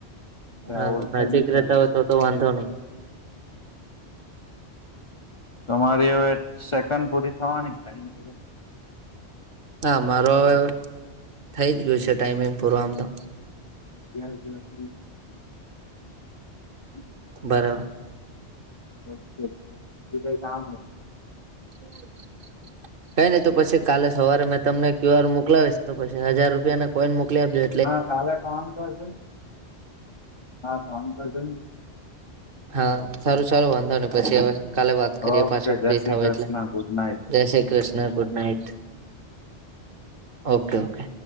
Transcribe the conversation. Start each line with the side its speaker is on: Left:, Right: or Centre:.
Left: ત્યાં
Right: હા
Left: ઓળખે
Right: નજીક
Left: બી છે
Right: રેતા
Left: એમને
Right: હોય તો તો વાંધો નહીિ
Left: તમારી હવે સેકન્ડ પૂરી થવાની ટાઈમ પ
Right: હા મારો હવે થઈ જ ગયું છે ટાઈમિંગ પૂર આમ તો
Left: <inaudible>
Right: બરાબર
Left: ઓકે તું કઈ કામ
Right: હમ કઈ નહીિ તો પછી કાલે સરેં તમને ક્યુઆર મોકલાવીશ તો પછી હજાર રૂપિયાને કોઈને મોકલી આપજે
Left: હા કાલે ફોન કરજો હા ફોન કરજો
Right: હા સારું સારું વાંધો નને પછી હવે કાલે વાત કરીએ
Left: ઓકે
Right: પાછું
Left: જય
Right: ફ્રી
Left: શ્રી
Right: થવું
Left: કૃષ્ણ
Right: એટલે
Left: ગુડ નાઈટ
Right: જય Shri Krishna good night okay okay